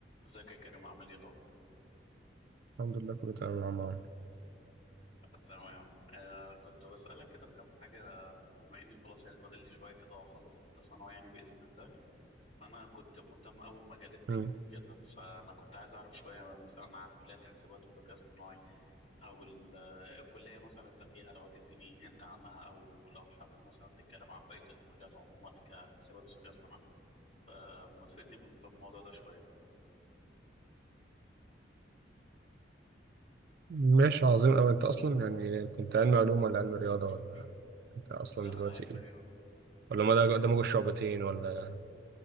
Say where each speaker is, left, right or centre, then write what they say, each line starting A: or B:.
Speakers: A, on the left; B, on the right.
A: ازيك يا كريم عامل ايه الاخبار
B: الحمد لله كله تمام يا عم عمرو
A: آه، تمام آه كنت بسالك كده في كام حاجه بما اني خلاص يعني فاضل لي شويه كده واخلص ثالثه ثانوي يعني باذن الله فانا كنت مهتم قوي بمجال التك
B: مم.
A: وكده فانا كنت عايز اعرف شويه مثلا عن كليه حاسبات وذكاء اصطناعي او ال- آه، الكليه مثلا انت فيها لو تديني هنت عنها او لو حابب مثلا تتكلم عن بقيه الكليات عموما كحاسبات وذكاء اصطناعي فما تفيدني في الم- في الموضوع ده شويه
B: ماشي عظيم أوي أنت أصلا يعني كنت علم علوم ولا علم رياضة
A: <clears throat>
B: ولا أنت أصلا
A: لا
B: دلوقتي
A: انا علم
B: إيه؟
A: رياضه
B: ولا ما ده دمج الشعبتين ولا